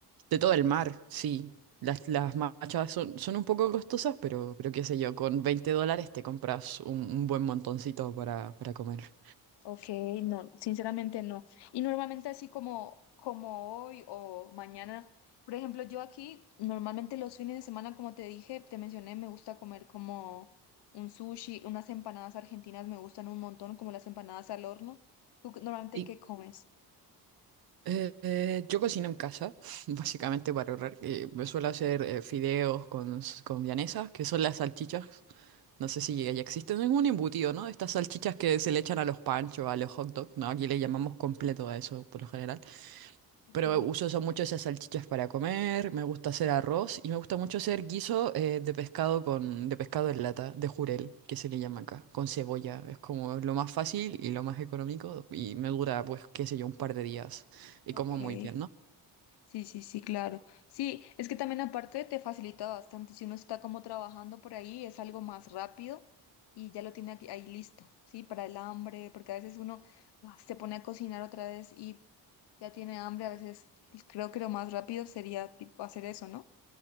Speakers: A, on the right (about 65°); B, on the left (about 80°).
A: De todo el mar, sí. Las, las machas son, son un poco costosas, pero, pero qué sé yo, con 20 dólares te compras un, un buen montoncito para, para comer.
B: Ok, no, sinceramente no. Y normalmente así como, como hoy o mañana, por ejemplo, yo aquí normalmente los fines de semana, como te dije, te mencioné, me gusta comer como un sushi, unas empanadas argentinas me gustan un montón, como las empanadas al horno. ¿Tú qué- normalmente
A: ¿Y,
B: qué comes?
A: Eh, eh, yo cocino en casa, <laughs> básicamente para ahorrar. Eh, me suelo hacer eh, fideos con, s- con vienesas, que son las salchichas. No sé si ya existen. Es un embutido, ¿no? Estas salchichas que se le echan a los panchos, a los hot dogs, ¿no? Aquí le llamamos completo a eso, por lo general.
B: Ok,
A: Pero uso eso mucho esas salchichas para comer, me gusta hacer arroz y me gusta mucho hacer guiso eh, de pescado con, de pescado en lata, de jurel, que se le llama acá, con cebolla. Es como lo más fácil y lo más económico y me dura, pues, qué sé yo, un par de días. Y
B: ok.
A: como muy bien, ¿no?
B: Sí, sí, sí, claro. Sí, es que también aparte te facilita bastante. Si uno está como trabajando por ahí, es algo más rápido y ya lo tiene aquí, ahí listo, ¿sí? Para el hambre, porque a veces uno ah, se pone a cocinar otra vez y ya tiene hambre. A veces creo que lo más rápido sería tipo, hacer eso, ¿no?